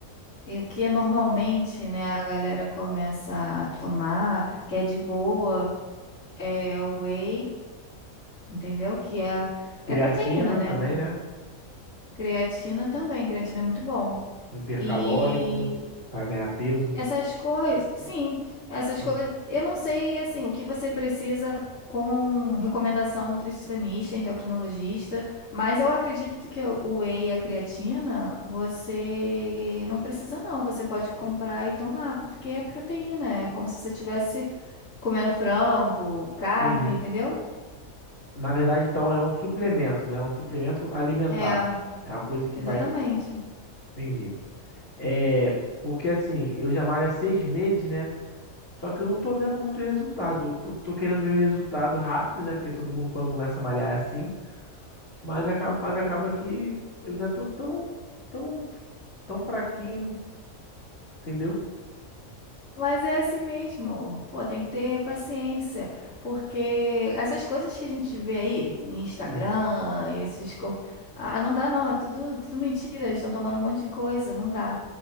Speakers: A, on the left (about 65°); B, on the left (about 40°).
A: e o que é normalmente, né, a galera começa a tomar, que é de boa, é o whey, entendeu? Que é,
B: Creatina
A: é proteína, né?
B: também, né?
A: Creatina também, creatina é muito bom.
B: Um hipercalórico
A: E
B: pra ganhar peso.
A: Essas coisas, sim, essas
B: Sim,
A: coisas. Eu não sei, assim, o que você precisa com recomendação nutricionista, endocrinologista, mas eu acredito que o whey e a creatina, você não precisa não, você pode comprar e tomar, porque é proteína, é como se você estivesse comendo frango, carne,
B: Entendi.
A: entendeu?
B: Na verdade, então, é um suplemento, né? É um suplemento alimentar.
A: É,
B: É uma coisa que
A: exatamente.
B: vai. Entendi. É. Porque assim, eu já malho há seis meses, né? Só que eu não tô vendo muito resultado. Eu tô, tô querendo ver o resultado rápido, né? Porque todo mundo quando começa a malhar é assim. Mas acaba, mas acaba que eu ainda tô tão, tão, tão fraquinho, entendeu?
A: Mas é assim mesmo. Pô, tem que ter paciência, porque essas coisas que a gente vê aí, em Instagram,
B: Sim,
A: esses corpos. Ah, não dá não, é tudo, tudo mentira, eles estão tomando um monte de coisa, não dá.